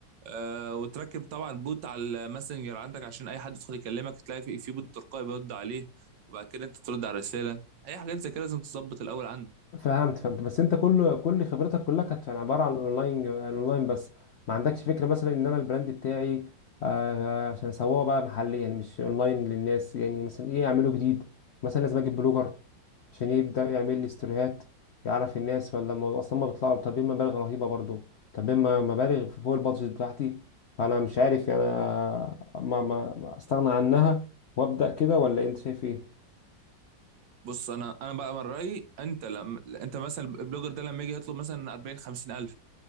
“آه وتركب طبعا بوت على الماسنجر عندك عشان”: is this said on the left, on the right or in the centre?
Right